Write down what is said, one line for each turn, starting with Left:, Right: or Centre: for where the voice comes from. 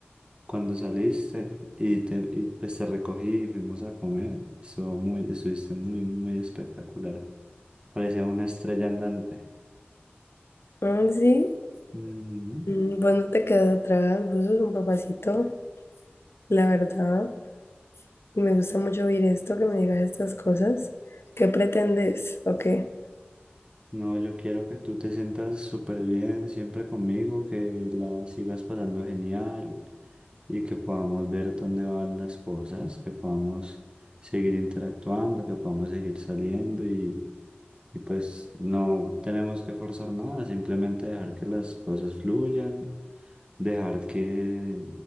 Right: cuando saliste y te, y, pues te recogí y fuimos a comer. Estuvo muy, estuviste muy, muy espectacular. Parecía una estrella andante.
Left: mm, sí.
Right: Ujú.
Left: Mm, Pues no te quedas atrás, vos sos un papacito, la verdad. Y me gusta mucho oír esto, que me digas estas cosas. ¿Qué pretendes? ¿O qué?
Right: No, yo quiero que tú te sientas súper bien siempre conmigo, que la sigas pasando genial y que podamos ver dónde van las cosas, que podamos seguir interactuando, que podamos seguir saliendo y, y pues no tenemos que forzar nada, simplemente dejar que las cosas fluyan, dejar que,